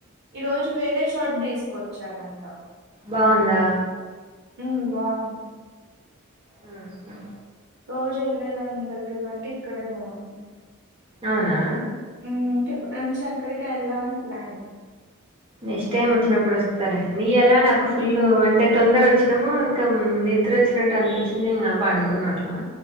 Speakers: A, on the right; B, on the right.
A: ఈ రోజు వేరే చోటు తీసుకొచ్చారంట
B: బాగుందా
A: ఉమ్ బాగుంది
B: ఉమ్ హ్
A: రోజు వెళ్ళేదాని దగ్గర కంటే ఇక్కడే బాగుంది
B: అవునా
A: ఉమ్ టే ఇప్పు నుంచి అక్కడికె ఎళ్దాం అని ప్లాన్
B: నెక్స్ట్ టైమ్ వచ్చినప్పుడు వస్తాలే నీ యాలా నాకు
A: ఉమ్
B: ఫుల్ అంటే తొందర వచ్చి ణము ఇంకా నిద్రచ్చినట్టు అనిపించింది ఇంకా పండుకున్నం అట్లా